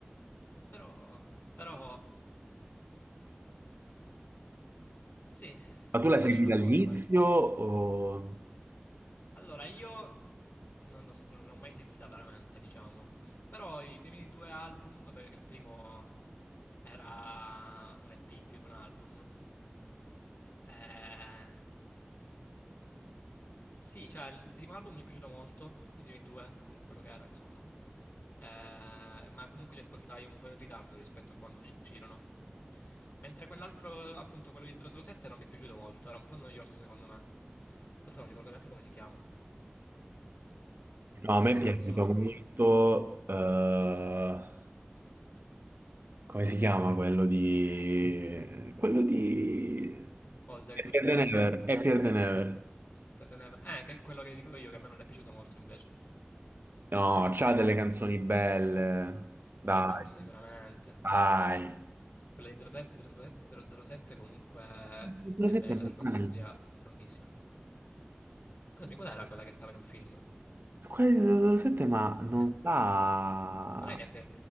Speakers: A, on the left; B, on the right.
A: Però, però Sì,
B: Ma
A: devo
B: tu la segui
A: darci un
B: dall'inizio
A: ascolto, dai.
B: o...
A: Allora, io non, l'ho se- non l'ho mai seguita veramente, diciamo. Però i primi due album, vabbè, che il primo era un EP più che un album. Eh, sì, cioè il primo album mi è piaciuto molto, i primi due, com- quello che era, insomma. Eh, ma comunque li ascoltai un po' in ritardo rispetto a quando uscirono. Mentre quell'altro, appunto, quello di 007 non mi è piaciuto molto, era un po' noioso secondo me. Tra l'altro non ricordo neanche come si chiama.
B: No, a
A: Quindi
B: me è
A: no,
B: piaciuto
A: non sono
B: molto, eh, come si chiama quello di... quello di...
A: All the
B: Happier
A: Good
B: Than
A: Girls
B: Ever,
A: non so.
B: Happier Than Ever.
A: Happy Than Ever. Eh, che è quello che dico io, che a me non è piaciuto molto invece.
B: No, c'ha delle canzoni belle,
A: Sì,
B: dai,
A: questo sicuramente.
B: dai.
A: Quella di 007, 007 comunque
B: 007
A: è bella
B: non
A: per
B: sta
A: quanto
B: nel...
A: sia lunghissima. Scusami, qual era quella che stava in un film?
B: Quelli di 007 ma non
A: Eh,
B: sta...
A: non è in Happy